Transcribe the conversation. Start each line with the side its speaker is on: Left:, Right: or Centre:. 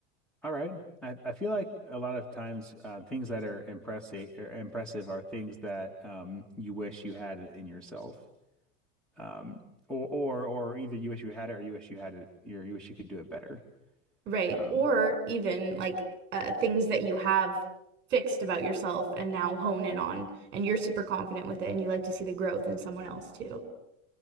Centre: All right. I, I feel like a lot of times uh, things that are impressive or impressive are things that um, you wish you had it in yourself, um, or or or either you wish you had it or you wish you had it, you you wish you could do it better.
Right: Right.
Centre: Um,
Right: Or even like uh, things that you have fixed about yourself and now hone in on, and you're super confident with it, and you like to see the growth in someone else too.